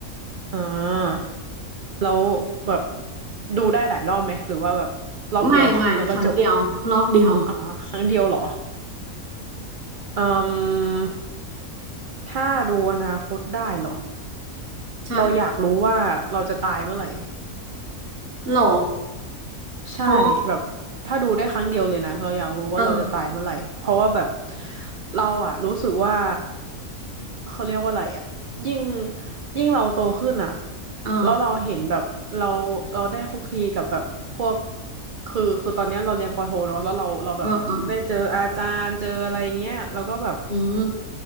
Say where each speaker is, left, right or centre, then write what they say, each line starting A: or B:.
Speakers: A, on the right; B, on the right.
A: อ่าแล้วแบบดูได้หลายรอบไหมหรือว่าแบบรอบเดียว
B: ไม่ไม่ครั้งเดียวรอบเดียว
A: <laughs> แล้วก็จบอ่าครั้งเดียวเหรออืมถ้าดูอนาคตได้เหรอ
B: ใช่
A: เราอยากรู้ว่าเราจะตายเมื่อไหร่
B: หรอ
A: ใช่แบบถ้าดูได้ครั้งเดียวเลยนะเราอยากรู้ว่าเราจะตายเมื่อไหร่เพราะว่าแบบ
B: เพราะเออ
A: เราอะรู้สึกว่าเขาเรียกว่าอะไรอะยิ่งยิ่งเราโตขึ้นอะ
B: เออ
A: แล้วเราเห็นแบบเราเราได้คุกคีกับแบบพวกคือคือตอนเนี้ยเราเรียนปอโทเนาะแล้วเราเราแบบได้เจออาจารย์เจออะไรเงี้ยแล้วก็แบบ
B: เออเอออืม